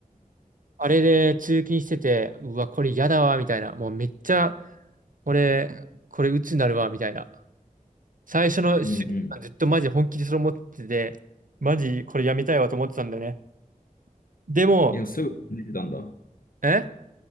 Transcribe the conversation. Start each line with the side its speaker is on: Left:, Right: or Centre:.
Right: あれで通勤してて、うわ、これ嫌だわ、みたいな。もうめっちゃ、俺、これ鬱になるわ、みたいな。最初の週間ずっとマジ本気でそれ思ってて、
Left: うん。うん。
Right: マジこれやめたいわと思ってたんだよね。でも、
Left: いや、すぐ感じてたんだ。
Right: え